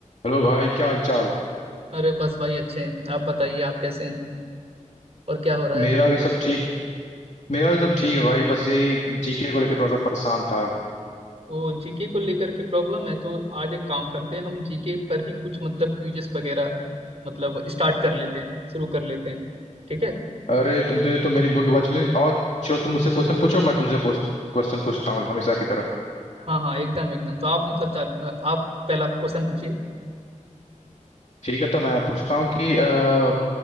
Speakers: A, on the left; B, on the right.
A: Hello भाई क्या हाल चाल
B: अरे बस भाई अच्छे हैं आप बताइए आप कैसे हैं और क्या हो रहा है
A: मेरा
B: अभी
A: भी सब ठीक मेरा भी सब ठीक है भाई बस यही जीके को लेकर थोड़ा सा परेशान था
B: वो जीके को लेकर के प्रॉब्लम है तो आज एक काम करते हैं हम जीके पर ही कुछ मतलब क्विजेस वगैरह मतलब स्टार्ट कर लेते हैं शुरू कर लेते हैं ठीक है
A: अरे तुमने तो मेरी मुंह की बात सुनी और चलो तुम मुझसे क्वेश्चन पूछो मैं तुमसे पूछ, क्वेश्चन पूछता हूँ हमेशा की तरह
B: हाँ हाँ एकदम एकदम तो आप मतलब चालू आप पहला क्वेश्चन पूछिए
A: ठीक है तो मैं पूछता हूँ कि आ,